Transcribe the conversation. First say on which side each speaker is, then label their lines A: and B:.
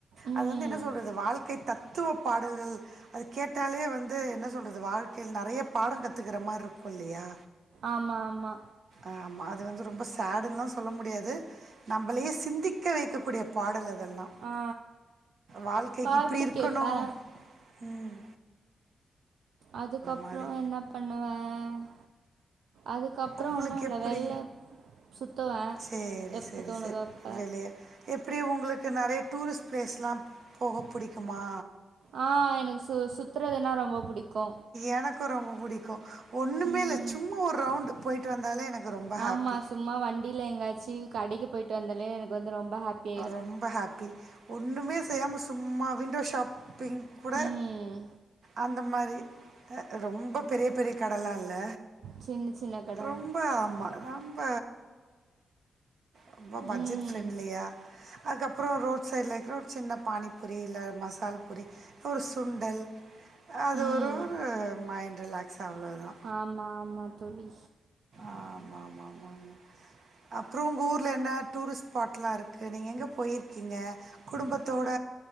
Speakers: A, on the right; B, on the right.
A: ம்
B: அது வந்து என்ன சொல்றது வாழ்க்கை தத்துவ பாடல்கள் அது கேட்டாலே வந்து என்ன சொல்றது வாழ்க்கையில் நறைய பாடங் கத்துக்கற மார்ருக்கு இல்லையா
A: ஆமா ஆமா
B: ஆமா அது வந்து ரொம்ப சேடுன்லா சொல்ல முடியாது நம்மளையே சிந்திக்க வைக்கக்கூடிய பாடல் அதெல்லா
A: ஆ
B: வாழ்க்கைக்கு
A: பாட்டு
B: இப்டி இருக்கணு
A: கேப்பே
B: ம்
A: அதுக்கப்றோ
B: மாரி.
A: என்ன பண்ணுவே அது அதுக்கப்றோ
B: உங்களுக்கு
A: ஒன்னு இல்ல
B: எப்டி?
A: வெளில சுத்துவே
B: சரி,
A: எப்போ
B: சரி,
A: தோணுதோ
B: சரி.
A: அப்ப
B: வெளிய எப்டி உங்களுக்கு நறையா டூரிஸ்ட் ப்ளேஸ்லா போக புடிக்குமா
A: ஆ எனக்கு சு சுத்துறதுன்னா ரொம்ப புடிக்கு
B: எனக்கு ரொம்ப பிடிக்கும் ஒன்னுமே
A: ம்
B: இல்ல சும்மா ஒரு ரவுண்டு போய்ட்டு வந்தாலே எனக்கு ரொம்ப ஹேப்பி
A: ஆமா, சும்மா வண்டியில எங்காச்சு கடைக்கு போயிட்டு வந்தாலே எனக்கு வந்து ரொம்ப ஹேப்பியா ஆயிடு
B: ரொம்ப ஹாப்பி. ஒண்ணுமே செய்யாம சும்மா விண்டோ ஷாப் இப்பயு கூட
A: ம்.
B: அந்த மாதிரி ரொம்ப பெரிய பெரிய கடலா இல்ல
A: சின்ன சின்ன கட.
B: ரொம்ப ஆமா ரொம்ப ரொம்போ பட்ஜெட்
A: ம்.
B: ஃப்ரெண்ட்லியா அதுக்கப்றோ ரோட் சைட்ல இருக்கிற ஒரு சின்ன பானிபூரி இல்ல மசால் பூரி ஒரு சுண்டல் அது
A: ம்.
B: ஒரு மைண்ட் ரிலாக்ஸ் அவ்ளோதா
A: ஆமா ஆமா தோழி
B: ஆமா ஆமா ஆமா ஆமா அப்றோ உங்க ஊர்ல் என்ன டூரிஸ்ட் ஸ்பாட்டெலா இருக்கு நீங்க எங்க போயிருக்கீங்க குடும்பத்தோட